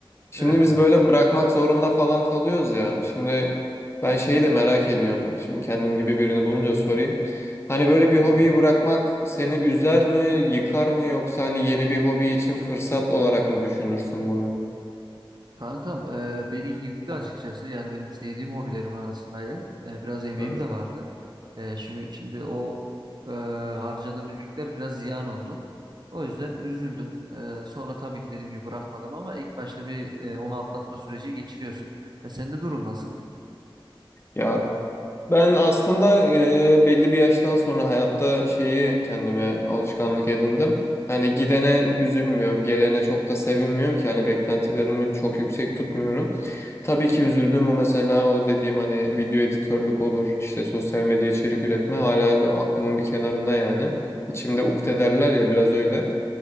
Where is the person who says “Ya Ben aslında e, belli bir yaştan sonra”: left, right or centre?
Left